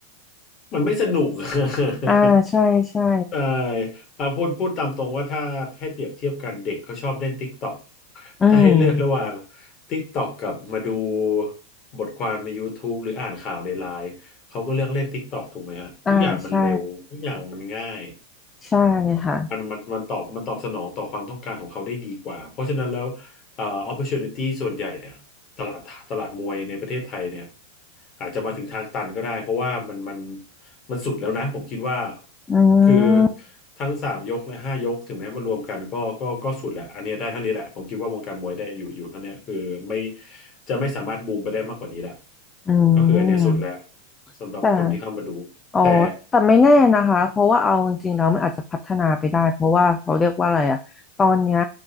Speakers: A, on the left; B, on the left.
A: มันไม่สนุก <laughs>
B: อ่าใช่ใช่
A: ใช่อ่าพูดพูดตามตรงว่าถ้าให้เปรียบเทียบกันเด็กเขาชอบเล่น TikTok
B: อืม
A: ถ้าให้เลือกระหว่าง TikTok กับมาดูบทความใน YouTube หรืออ่านข่าวในไลน์เขาก็เลือกเล่น TikTok ถูกไหมฮะทุกอย่างมันเร็วทุกอย่างมันง่าย
B: อ่าใช่ใช่ค่ะ
A: มันมันมันตอบมันตอบสนองต่อความต้องการของเขาได้ดีกว่าเพราะฉะนั้นแล้วเอ่อ opportunity ส่วนใหญ่เนี่ยตลาดตลาดมวยในประเทศไทยเนี่ยอาจจะมาถึงทางตันก็ได้เพราะว่ามันมันมันสุดแล้วนะผมคิดว่า
B: อื
A: คือ
B: ม
A: ทั้งสามยกและห้ายกถึงแม้มารวมกันก็ก็ก็สุดแหละอันเนี้ยได้เท่านี้แหละผมคิดว่าวงการมวยได้อยู่อยู่เท่าเนี้ยคือไม่จะไม่สามารถบูมไปได้มากกว่านี้แหละ
B: อื
A: ก็คืออันเนี้ยสุดแล้ว
B: ม
A: สำหรับคนที่เข้ามาดู
B: แต่อ๋อแต่ไม่แน่นะคะ
A: แต่
B: เพราะว่าเอาจริงๆแล้วมันอาจจะพัฒนาไปได้ เพราะว่าเขาเรียกว่าอะไรอะตอนเนี้ย